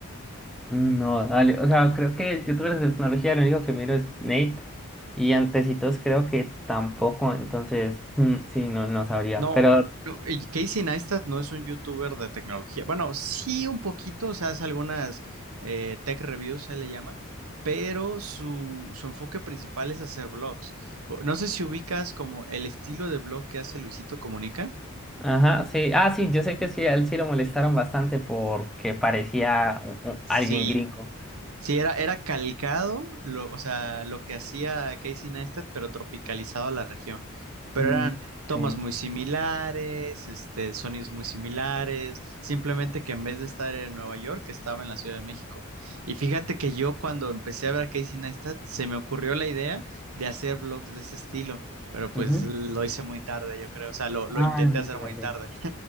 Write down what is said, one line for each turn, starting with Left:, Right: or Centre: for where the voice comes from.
Centre: Mm, No, dale. O sea, creo que youtubers de tecnología lo único que miro es Nate. Y antecitos creo que tampoco, entonces, mm, sí, no, no sabría.
Right: No,
Centre: Pero
Right: no, y Casey Neistat no es un youtuber de tecnología. Bueno, sí un poquito, o sea, hace algunas eh, tech reviews, se le llama, pero su, su enfoque principal es hacer vlogs. O- No sé si ubicas como el estilo de vlog que hace Luisito Comunica.
Centre: Ajá, sí. Ah, sí, yo sé que sí, a él sí lo molestaron bastante porque parecía u- u-
Right: Sí,
Centre: alguien gringo.
Right: Sí, era, era calcado, lo, o sea, lo que hacía Casey Neistat, pero tropicalizado a la región. Pero
Centre: Mm,
Right: eran tomas
Centre: sí.
Right: muy similares, este, sonidos muy similares, simplemente que en vez de estar en Nueva York, estaba en la Ciudad de México. Y fíjate que yo cuando empecé a ver a Casey Neistat, se me ocurrió la idea de hacer vlogs de ese estilo, pero pues
Centre: Ujú.
Right: lo hice muy tarde, yo creo, o sea, lo,
Centre: Ah,
Right: lo intenté
Centre: no,
Right: hacer
Centre: sí, dale.
Right: muy tarde.